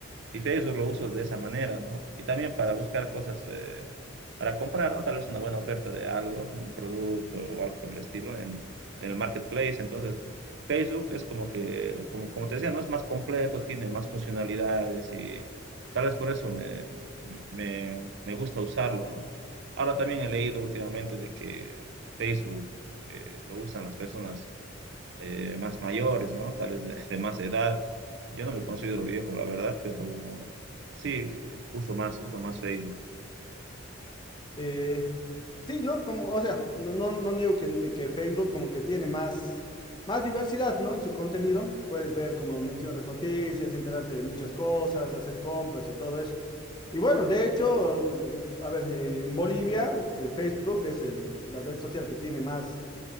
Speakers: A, on the right (about 60°); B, on the left (about 20°).
A: Y Facebook lo uso de esa manera, ¿no? Y también para buscar cosas, eh, para comprar, ¿no? Tal vez una buena oferta de algo, un producto o algo por el estilo en, en el marketplace. Entonces, Facebook es como que, como, como te decía, ¿no? Es más completo, tiene más funcionalidades y tal vez por eso me, me, me gusta usarlo, ¿no? Ahora también he leído últimamente de que Facebook eh, lo usan las personas eh, más mayores, ¿no? Tal vez de, de más edad. Yo no me considero viejo, la verdad, pero sí, uso más, uso más Facebook.
B: Eh, Sí, ¿no? Como, o sea, no, no, no niego que, que Facebook como que tiene más, más diversidad, ¿no? En su contenido. Puedes ver, como mencionas, noticias, enterarte de muchas cosas, hacer compras y todo eso. Y bueno, de hecho, mm, a ver, eh, en Bolivia, eh, Facebook es el, la red social que tiene más,